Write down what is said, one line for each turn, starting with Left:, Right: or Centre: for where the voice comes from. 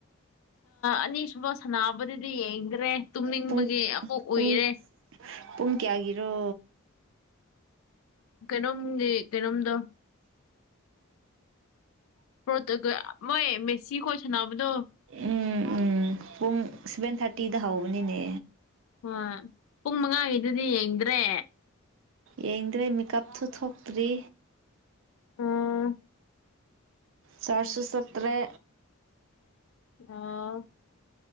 Left: ꯑꯅꯤꯁꯨꯕ ꯁꯅꯥꯕꯨꯗꯨꯗꯤ ꯌꯦꯡꯈꯗꯔꯦ ꯇꯨꯝꯅꯤꯡꯕꯒꯤ
Right: ꯄꯨꯡ ꯄꯨꯡ
Left: ꯎꯏꯔꯦ
Right: ꯄꯨꯡ ꯀꯌꯥꯒꯤꯔꯣ
Left: ꯀꯩꯅꯣꯝꯒꯤ ꯀꯩꯅꯣꯝꯗ <unintelligible> ꯃꯣꯏ ꯃꯦꯁꯤ ꯀꯣꯏ ꯁꯅꯥꯕꯗꯣ
Right: ꯎꯝ ꯎꯝ ꯄꯨꯡ ꯁꯚꯦꯟ ꯊꯥꯔꯇꯤꯗ ꯍꯧꯕꯅꯤꯅꯦ
Left: ꯑ ꯄꯨꯡ ꯃꯉꯥꯒꯤꯗꯨꯗꯤ ꯌꯦꯡꯗ꯭ꯔꯦ
Right: ꯌꯦꯡꯗ꯭ꯔꯦ ꯃꯦꯀꯞꯁꯨ ꯊꯣꯛꯇ꯭ꯔꯤ
Left: ꯎꯝ
Right: ꯆꯔꯁꯨ ꯆꯠꯇꯔꯦ
Left: ꯑ